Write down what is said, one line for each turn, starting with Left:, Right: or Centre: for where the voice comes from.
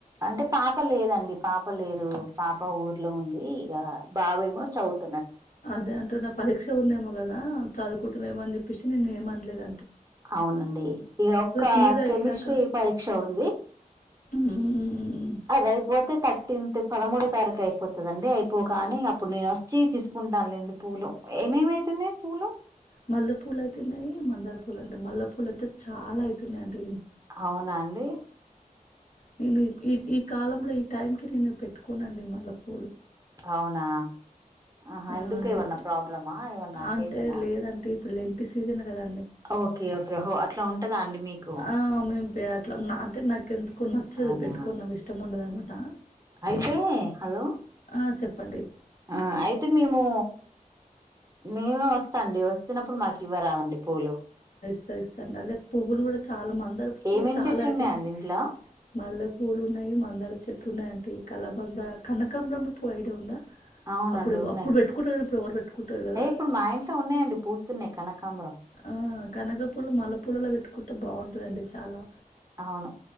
Right: అంటే పాప లేదండి పాప లేదు పాప ఊర్లో ఉంది ఈగ బావ ఏమో చౌతి
Left: అదే అంటే నా పరీక్ష ఉందేమో కదా చదువుకుంటున్నామో అని చెప్పేసి నేను ఏమనలేదు
Right: అవునండి ఇ ఒక్క
Left: తీరా
Right: కెమిస్ట్రీ
Left: వచ్చాక
Right: పరీక్ష ఉంది
Left: ఉమ్,
Right: అదా ఐపోతే తట్ టెన్త్ పదమూడో తారీఖు అయిపోతుందండి అయిపోగానీ అప్పుడు నేను వచ్చి తీసుకుంటాన్లెండి పూలు ఏమేమవుతున్నాయి పూలు
Left: మల్లె పూలు అయితున్నాయి మందార పూలు అంటే మల్లె పూలు అయితే చాలా అవుతున్నాయిండి
Right: అవునా అండి
Left: నేను ఈ ఈ కాలంలో ఈ టైంకి నేను పెట్టుకోనండి మల్లెపూలు
Right: అవునా ఆహా
Left: ఆ
Right: ఎందుకు ఏమన్నా
Left: ఎట్-
Right: ప్రాబ్లమా ఏమన్నాక్కసానా
Left: అంటే లేదంటే ఇప్పుడు ఎంటి సీజన్ కదా
Right: ఓకే ఓకే హో అట్లా ఉంటదా అండి మీకు
Left: ఆ మేము అట్లా అంటే నాకు ఎందుకు నచ్చదు
Right: అవునా
Left: పెట్టుకోని ఇష్టం ఉండదునమాట
Right: అయితే హలో
Left: ఆ చెప్పండి
Right: ఆ అయితే మేము మేమే వస్తాండి వస్తునప్పుడు మాకు ఇవ్వరాదండి పూలు
Left: అే పువులు కూడా చాలా మ మందర
Right: ఏమేం
Left: కూడా చాలా
Right: చెట్లు
Left: అయితున్నాయి
Right: ఉన్నాయండి ఇంట్లో
Left: మల్లె పూలు ఉన్నాయి మందర చెట్లు ఉన్నాయింట అ కాలబందా కనకంబరం పో ఐడి ఉందా
Right: అవునండి
Left: అప్పుడు
Right: ఉన్నాయి
Left: అప్పుడు పెట్టుకుంటారు ఇప్పుడు ఎవరు పెట్టుకుంటారు కదా
Right: ఏ ఇప్పుడు మా ఇంట్లో ఉన్నాయండి పూస్తున్నాయి కనకాంబరం
Left: ఆ కనగపూలు మల్ పూలలో పెట్టుకుంటే బాగుంటందండి చాలా
Right: అవును